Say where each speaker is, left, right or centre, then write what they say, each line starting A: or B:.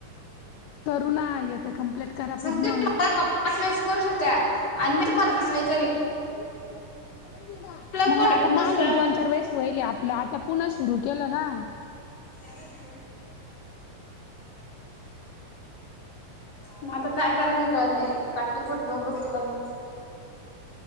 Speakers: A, on the left; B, on the left.
A: करु ना आता कमप्लीट करा
B: समजे
A: पूर्ण
B: मला पाच वेळेस करू शकता आणि मी तुम्हाला पाच वेळेस करन
A: हो मग
B: कोण भेटन
A: आता
B: दुसरं
A: मागच दोन चार वेळेस वईल आपलं आता पुन्हा सुरू केलं ना
B: ह मग आता काय कराय कळल नाही काट्टीकुठ जाऊन बसली कार मी